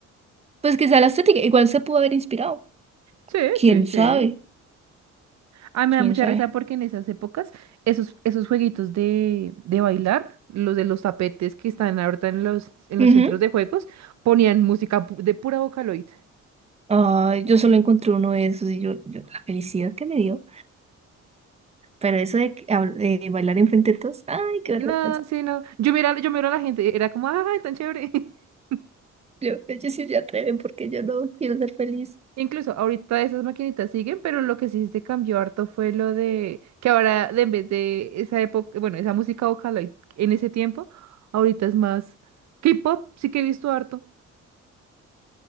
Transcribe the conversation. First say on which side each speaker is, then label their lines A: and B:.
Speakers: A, on the right; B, on the right.
A: Pues quizá la estética, igual se pudo haber inspirado.
B: Sí,
A: Quién
B: sí, sí.
A: sabe,
B: Ah, me
A: quién
B: da mucha
A: sabe.
B: risa porque en esas épocas, esos, esos jueguitos de, de bailar, los de los tapetes que están ahorita en los, en los
A: Ujú.
B: centros de juegos, ponían música pu- de pura Vocaloid.
A: Ay, yo solo encontré uno de esos y yo, yo la felicidad que me dio. Pero eso de, que hab- de bailar enfrente de todos, ay, qué vergüenza.
B: No, sí, no. Yo mira, yo miro a la gente, era como, ¡ay, tan chévere! <laughs>
A: Yo, ellos sí se atreven porque yo no quiero ser feliz.
B: Incluso ahorita esas maquinitas siguen, pero lo que sí se cambió harto fue lo de que ahora, de, en vez de esa época, bueno, esa música Vocaloid en ese tiempo, ahorita es más K-pop, sí que he visto harto.